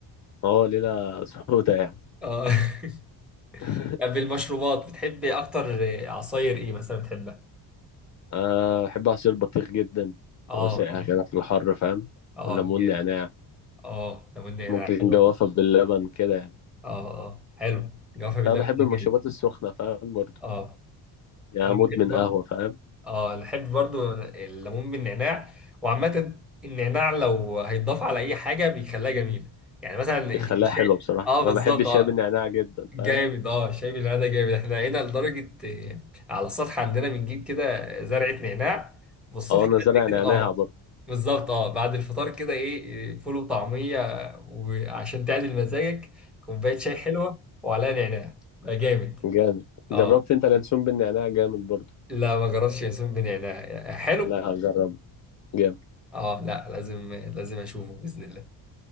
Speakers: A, on the left (about 45°); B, in the centre.
A: اه ليله سودة يعني
B: اه <laughs>
A: <laughs>
B: طب المشروبات بتحب اكتر آه، عصاير ايه مثلا بتحبها
A: أه بحب عصير البطيخ جدا
B: اه
A: هو ساقع
B: اه
A: كده في الحر فاهم
B: اه
A: والليمون
B: جامد.
A: نعناع
B: اه لو ان هنا
A: ممكن
B: حلو
A: جوافة باللبن كده يعني
B: اه اه حلو جوافة باللبن
A: أنا بحب
B: ده
A: المشروبات
B: جامد
A: السخنة فاهم برضه
B: اه
A: يعني
B: انا
A: مدمن
B: بحب برضه
A: قهوة فاهم
B: اه انا بحب برضه الليمون بالنعناع وعامة النعناع لو هيتضاف على اي حاجة بيخليها جميلة يعني مثلا الشاي
A: بيخليها حلوة بصراحة
B: اه بالظبط
A: أنا بحب الشاي
B: اه
A: بالنعناع جدا
B: جامد
A: فاهم
B: اه الشاي بالنعناع ده جامد احنا هنا لدرجة آه، على السطح عندنا بنجيب كده زرعة نعناع والصبح
A: أو أنا
B: بدري
A: زارع
B: كده
A: نعناع
B: اه
A: برضه
B: بالظبط اه بعد الفطار كده ايه آه، فول وطعمية آه، وعشان تعدل مزاجك كوباية شاي حلوة وعليها نعناع بقى جامد
A: جامد
B: اه
A: جربت أنت اليانسون بالنعناع جامد برضه
B: لا ما جربتش ينسون بن يعناع حلو
A: لا جرب جامد
B: اه لا لازم لازم اشوفه باذن الله